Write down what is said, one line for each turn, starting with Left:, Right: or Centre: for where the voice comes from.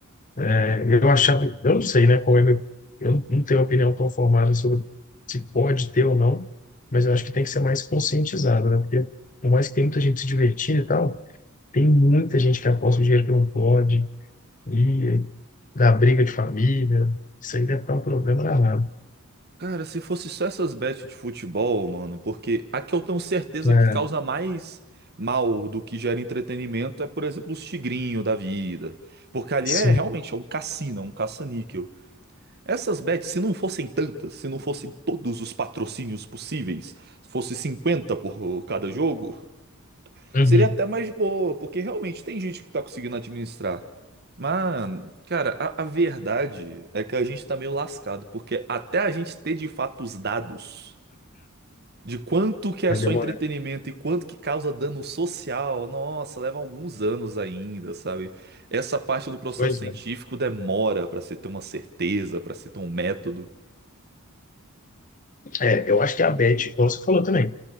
Left: É, eu achava, eu não sei, né, qual é meu, eu não tenho opinião tão formada sobre se pode ter ou não, mas eu acho que tem que ser mais conscientizado, né? Porque por mais que tenha muita gente se divertindo e tal, tem muita gente que aposta o dinheiro que não pode, e dá briga de família, isso aí deve dar um problema danado.
Right: Cara, se fosse só essas bets de futebol, mano, porque a que eu tenho certeza
Left: É,
Right: que causa mais mal do que gera entretenimento é, por exemplo, os tigrinho da vida. Porque ali
Left: sim,
Right: é realmente é um cassino, é um caça-níquel. Essas bets, se não fossem tantas, se não fossem todos os patrocínios possíveis, fosse 50 por cada jogo,
Left: Uhum.
Right: Seria até mais boa, porque realmente tem gente que tá conseguindo administrar. Mas, cara, a, a verdade é que a gente tá meio lascado, porque até a gente ter de fato os dados de quanto que é
Left: Vai
Right: só
Left: demorar.
Right: entretenimento e quanto que causa dano social, nossa, leva alguns anos ainda, sabe? Essa parte do processo
Left: Pois
Right: científico
Left: é.
Right: demora pra se ter uma certeza, pra se ter um método.
Left: É, eu acho que a Bet, como você falou também,